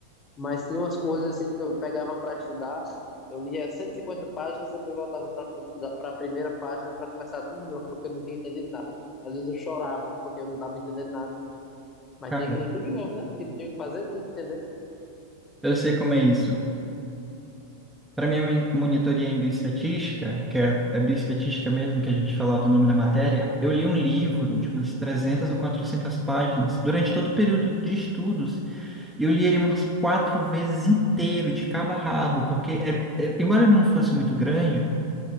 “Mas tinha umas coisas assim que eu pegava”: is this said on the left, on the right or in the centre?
Left